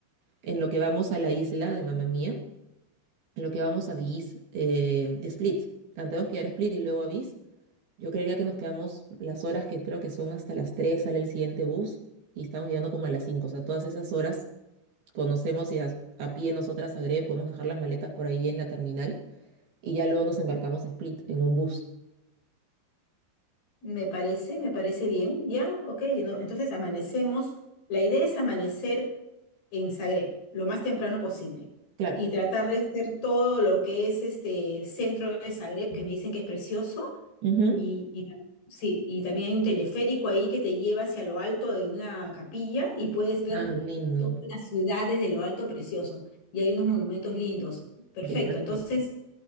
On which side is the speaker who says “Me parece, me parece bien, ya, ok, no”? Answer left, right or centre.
Left